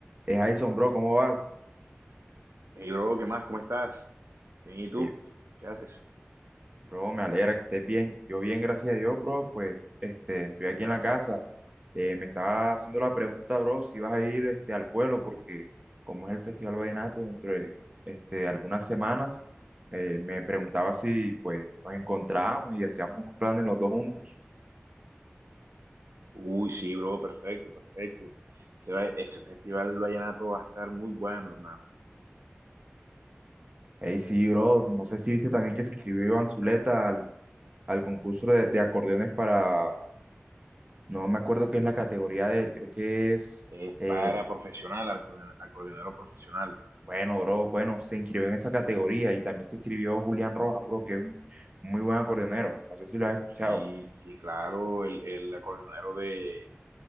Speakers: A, on the right (about 30°); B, on the right (about 80°).
A: Eh, Jason, bro, ¿cómo vas?
B: Hey, bro, ¿qué más? ¿Cómo estás? Bien, ¿y tú?
A: Ey,
B: ¿Qué haces?
A: bro, me alegra que estés bien. Yo bien, gracias a Dios, bro. Pues, este, estoy aquí en la casa. Eh, me estaba haciendo la pregunta, bro, si vas a ir, este, al pueblo, porque como es el Festival Vallenato, dentro de, este, algunas semanas, eh, me preguntaba si, pues, nos encontrábamos y hacíamos unos planes los dos juntos.
B: Uy, sí, bro, perfecto, perfecto. Ese, va- ese festival del vallenato va a estar muy bueno, hermano.
A: Ey, sí, bro, no sé si viste también que se inscribió Iván Zuleta al, al concurso de, de acordeones para, no me acuerdo qué es la categoría de él, creo que es...
B: Es
A: eh,
B: para profesional, acorde- acordeonero profesional.
A: Bueno, bro, bueno, se inscribió en esa categoría y también se inscribió Julián Rojas, bro, que es un muy buen acordeonero. No sé si lo has escuchado.
B: Sí, sí, claro, el, el acordeonero de,